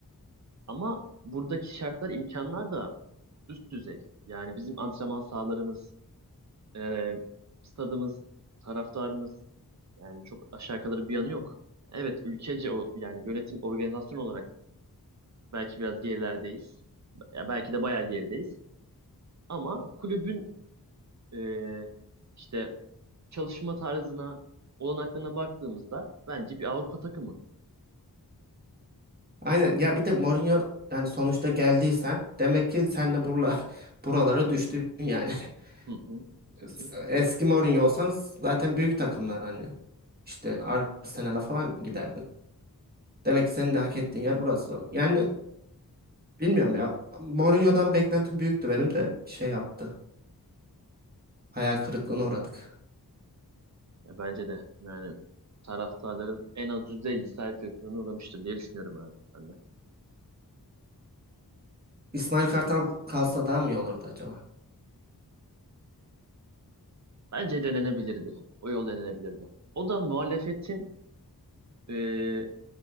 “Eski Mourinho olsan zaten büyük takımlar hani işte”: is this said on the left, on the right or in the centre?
Right